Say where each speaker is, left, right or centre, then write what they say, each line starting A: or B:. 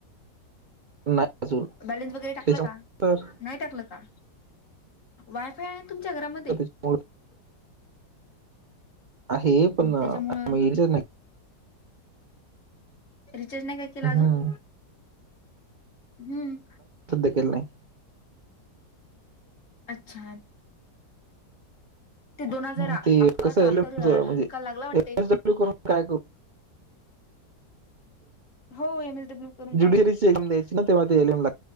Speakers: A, on the right; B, on the left.
A: नाही अजून
B: बॅलेन्स वगैरे टाकलं
A: त्याच्यामुळे
B: का?
A: तर
B: नाई टाकलं का? वायफाय आहे तुमच्या घरामध्ये?
A: हो आहे पण
B: त्याच्यामुळं
A: युजच नाई
B: रिचार्ज नाई काय केला
A: हम्म.
B: अजून हम्म,
A: सीद्ध केलं ना.
B: अच्छा, ते दोन
A: हम्म,
B: हजार
A: ते
B: अकराचा
A: कसं एल
B: आता
A: एम
B: ल
A: म्हणजे एम
B: निकाल लागला वाटते.
A: एस करून काय करु
B: हो एम. एस. डब्ल्यू. करून
A: ज्युडिशरीची
B: काय?
A: एक्झाम द्यायची ना तेव्हा ते एल एम